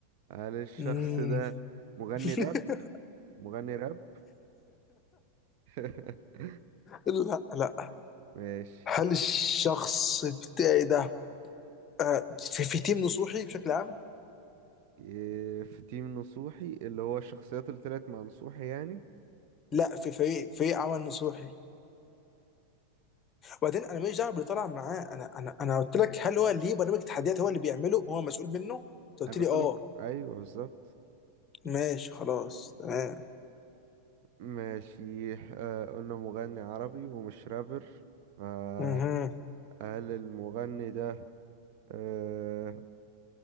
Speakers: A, on the right; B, on the left.
A: هل الشخص
B: مم.
A: ده مغني
B: <laughs>
A: راب مغني راب <laughs>
B: لا لا
A: ماشي
B: هل الشخص بتاعي ده آه، في, في تيم نصوحي بشكل عام؟
A: إيه، في تيم نصوحي اللي هو الشخصيات اللي طلعت مع نصوحي يعني
B: لا في فريق فريق عمل نصوحي وبعدين انا ماليش دعوه باللي طلع معاه انا انا انا قلت لك هل هو ليه برنامج تحديات هو اللي بيعمله هو مسؤول منه انت قلت
A: انا
B: لي
A: قلت
B: اه
A: لك ايوه بالظبط
B: ماشي خلاص تمام
A: ماشي آه قلنا مغني عربي ومش رابر فهل
B: اها
A: المغني ده آه